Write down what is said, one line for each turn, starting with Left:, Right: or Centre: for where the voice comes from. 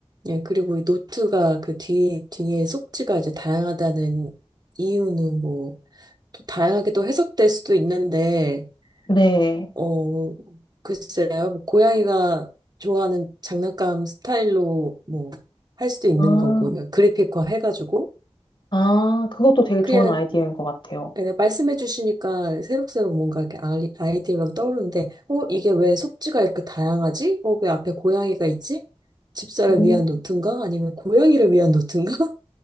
Right: 예, 그리고 이 노트가 그 뒤, 뒤에 속지가 이제 다양하다는 이유는 뭐, 또 다양하게 또 해석될 수도 있는데,
Left: 네.
Right: 어, 글쎄요. 뭐 고양이가 좋아하는 장난감 스타일로 뭐 할 수도 있는
Left: 아,
Right: 거고, 그냥 그래픽화 해가지고,
Left: 아, 그것도 되게
Right: 그냥,
Left: 좋은 아이디어인 것 같아요.
Right: 그냥 말씀해 주시니까 새록새록 뭔가 이렇게 아이- 아이디어가 떠오르는데, 어, 이게 왜 속지가 이렇게 다양하지? 어, 왜 앞에 고양이가 있지? 집사를
Left: 음.
Right: 위한 노트인가? 아니면 고양이를 위한 노트인가? <laughs>